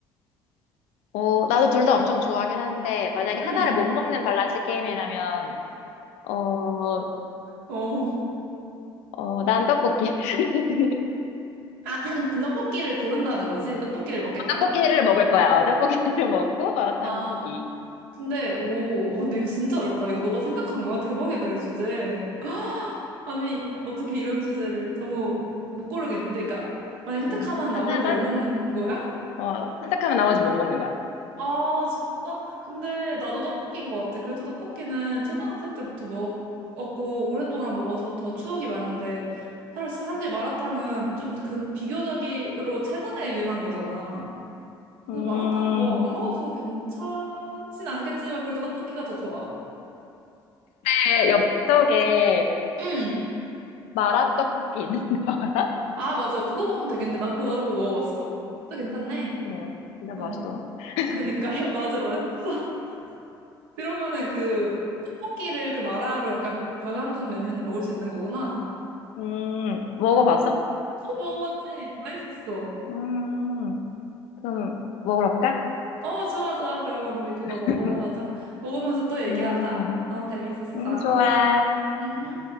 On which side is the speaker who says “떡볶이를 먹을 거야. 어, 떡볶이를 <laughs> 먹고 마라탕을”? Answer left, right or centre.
Left